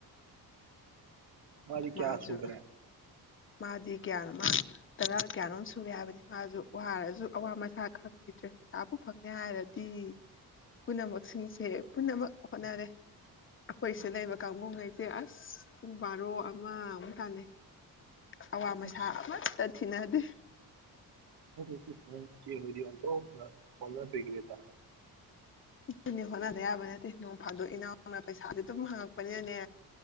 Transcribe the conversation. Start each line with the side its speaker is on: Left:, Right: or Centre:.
Right: ꯃꯥꯗꯤ
Left: ꯃꯥꯁꯨ
Right: ꯀꯌꯥ ꯁꯨꯈ꯭ꯔꯦ꯫
Left: ꯃꯥꯗꯤ ꯀꯌꯥꯅꯣ ꯃꯥ ꯇꯔꯥ ꯀꯌꯥꯅꯣꯝ ꯁꯨꯔꯦ ꯍꯥꯏꯕꯅꯤ ꯃꯥꯁꯨ ꯋꯥꯔꯁꯨ ꯑꯋꯥ ꯃꯁꯥ ꯈꯪꯈꯤꯗ꯭ꯔꯦ ꯄꯩꯁꯥꯕꯨ ꯐꯪꯅꯤ ꯍꯥꯏꯔꯗꯤ ꯄꯨꯝꯅꯃꯛꯁꯤꯡꯁꯦ ꯄꯨꯝꯅꯃꯛ ꯍꯣꯠꯅꯔꯦ ꯑꯈꯣꯏꯁꯤꯗ ꯂꯩꯕ ꯀꯥꯡꯕꯨꯉꯩꯁꯦ ꯑꯁ ꯄꯨꯡ ꯕꯥꯔꯣ ꯑ ꯑꯃꯃꯨꯛ ꯇꯥꯅꯩ ꯑꯋꯥ ꯃꯁꯥ
Right: ꯑꯁ
Left: ꯑꯃꯠꯇ ꯊꯤꯅꯗꯦ꯫
Right: <unintelligible> ꯏꯆꯦꯍꯣꯏꯗꯤ ꯑꯣꯟꯊꯣꯛꯅ ꯍꯣꯠꯅꯕꯤꯈꯔꯦꯗ꯫
Left: ꯑꯗꯨꯅꯤ ꯍꯣꯠꯅꯗ ꯌꯥꯕ ꯅꯠꯇꯦ ꯅꯣꯡ ꯐꯥꯗꯣꯛ ꯏꯅꯥꯎꯅ ꯄꯩꯁꯥꯁꯦ ꯑꯗꯨꯝ ꯍꯪꯉꯛꯄꯅꯤꯅꯅꯦ